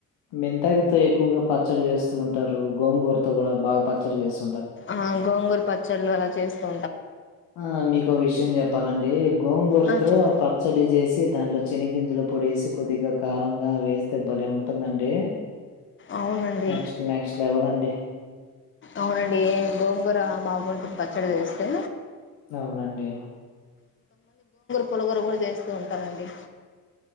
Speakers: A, on the left (about 60°); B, on the left (about 25°).
A: మెంతాకుతో ఎక్కువగా పచ్చడి చేస్తూ ఉంటారు గోంగురతో కూడా బాగా పచ్చడి చేస్తారు
B: ఆ గోంగూర్ పచ్చళ్ళు, అలా చేసుకో.
A: ఆ మీకో విషయం చెప్పాలంఢీ, గోంగూరతో
B: ఆ చెప్
A: పచ్చడి జెసి దాంట్లో. చెనిగిింజుల పొడేసి కొద్దిగా కారంగా వేస్తే బలేఉంటుందండి.
B: అవునండి
A: నెక్స్ట్ నెక్స్ట్ లెవెల్ అండి.
B: అవునండి ఎ గోంగూర బాగు. పచ్చడ జెస్తే.
A: అవునండి.
B: పులగూర కూడా జెస్తూ ఉంటామండి.